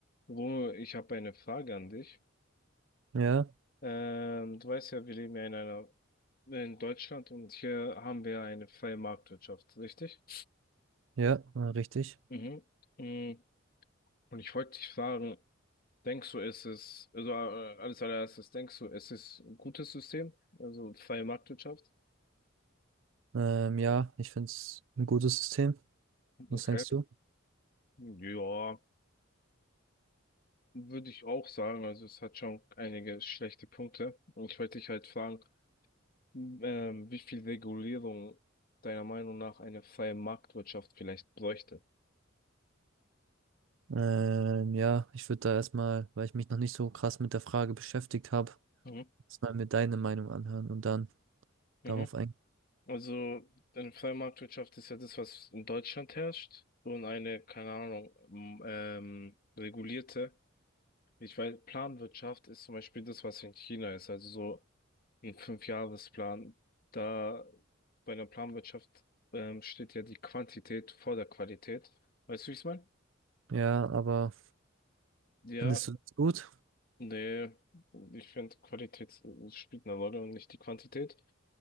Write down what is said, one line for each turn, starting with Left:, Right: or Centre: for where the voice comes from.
Left: Romeo, ich habe eine Frage an dich.
Right: Ja,
Left: Ähm, du weißt ja, wir leben ja in einer, in Deutschland und hier haben wir eine freie Marktwirtschaft, richtig?
Right: ja, äh, richtig.
Left: Mhm. Mm, Und ich wollte dich fragen, denkst du, ist es, also äh, als allererstes, denkst du, es ist ein gutes System, also freie Marktwirtschaft?
Right: Ähm, ja, ich finde es ein gutes System. Was
Left: Okay.
Right: denkst du?
Left: Ja, würde ich auch sagen, also es hat schon einige schlechte Punkte. Und ich wollte dich halt fragen, Ähm, wie viel Regulierung deiner Meinung nach eine freie Marktwirtschaft vielleicht bräuchte?
Right: Ähm, ja, ich würde da erstmal, weil ich mich noch nicht so krass mit der Frage beschäftigt habe,
Left: Mhm.
Right: erstmal mir deine Meinung anhören und dann
Left: Mhm.
Right: darauf eingehen.
Left: Also eine freie Marktwirtschaft ist ja das, was in Deutschland herrscht und eine, keine Ahnung, m- ähm, regulierte, ich weiß, Planwirtschaft ist zum Beispiel das, was in China ist, also so ein Fünfjahresplan. Da bei einer Planwirtschaft ähm, steht ja die Quantität vor der Qualität. Weißt du, wie ich es meine?
Right: Ja, aber
Left: Ja,
Right: findest du es gut?
Left: Nee, ich finde, Qualität äh, spielt eine Rolle und nicht die Quantität.